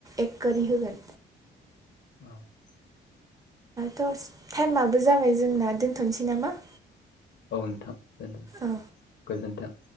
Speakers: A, on the right; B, on the left.
A: एक कोरि होगोन
B: <inaudible>
A: दाथ' टाइमाबो जाबाय जोंना दोनथ'नोसै नामा
B: औ नोंथां दोनथ'
A: औ
B: गोजोनथों